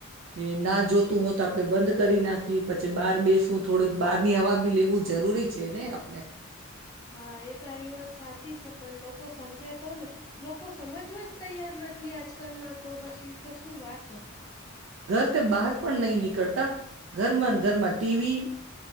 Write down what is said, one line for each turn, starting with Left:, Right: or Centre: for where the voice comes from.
Right: ને ના જોતું હોય તો આપડણે બંધ કરી નાખીએ પછી બહાર બેસવું થોડુંક બહાર ની હવા બી લેવું જરૂરી છે ને આપણે.
Left: હા એ તારી વાત સાચી છે પણ લોકો સમજે તો ને લોકો સમજવા જ તૈયાર નથી આજકાલના તો પછી તો શું વાત
Right: ઘર તે બહાર પણ નહી નીકળ કરતા ઘરમાં ઘરમાં ટીવી